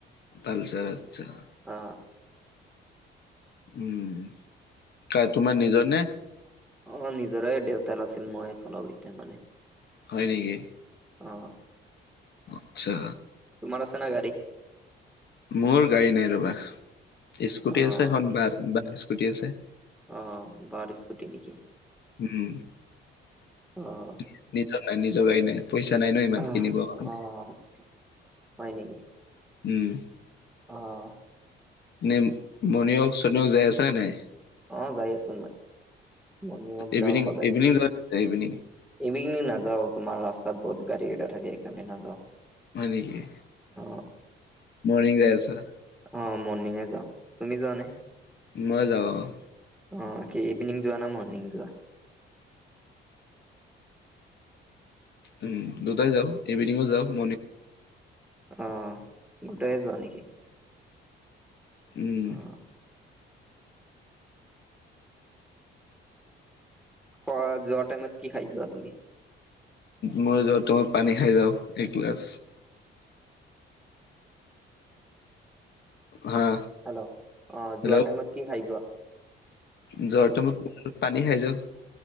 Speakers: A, on the left; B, in the centre.
A: পালচাৰ আচ্ছা
B: অ
A: উম কা তোমাৰ নিজৰ নে
B: অ নিজৰে দেউতাৰ আছিল মইয়ে চলাও এতিয়া মানে
A: হয় নেকি
B: অ
A: আচ্ছা
B: তোমাৰ চছে না গডী
A: মোৰ গাড়ী নাই ৰবা স্কুটি
B: অ'
A: আছে এখন বা বাৰ স্কুটি আছে
B: অ বাৰ স্কুটি নেকি
A: উম নেটৱৰ্ক
B: অ'
A: নাই নিজৰ নাই নিজৰ গাড়ী নাই। পইচা নাই ন' ইমান
B: অ'
A: কিনিব উম-
B: অ' হয় নেকি
A: উম।
B: অ'
A: নে ভনী হওঁক চুনু হওঁক যাই আছেনে নাই।
B: অ' যাই আছো মই মৰ্ণিং ৱাক যাওঁ
A: ইভিনিং
B: সদায়
A: ইভিনিং ইভিনিং।
B: ইভিনিং নাযাওঁ তোমাৰ ৰাস্তাত বহুত গাড়ী কেইটা থাকে এইকাৰণে নাযাও।
A: হয় নেকি
B: অ'
A: মৰ্নিং যাই আচা।
B: অ' মৰ্ণিঙে যাওঁ তুমি যোৱানে?
A: মই যাও অ'।
B: অ' কি ইভিনিং যোৱা নে মৰ্নিং যোৱা?
A: উম দুটাই যাওঁ ইভিনিঙো যাওঁ মৰ্নিং
B: অ' দুটাই যোৱা নেকি?
A: উম।
B: উ <inaudible> কোৱা যোৱা টাইমত কি খাই যোৱা তুমি?
A: মই যোৱা টাইমত পানী খাই যাওঁ এক গিলাচ। হা।
B: হেল্ল অ
A: হেল্ল'
B: যোৱা টাইমত কি খাই যোৱা?
A: যোৱাৰ টাইমত পানী খাই যাওঁ।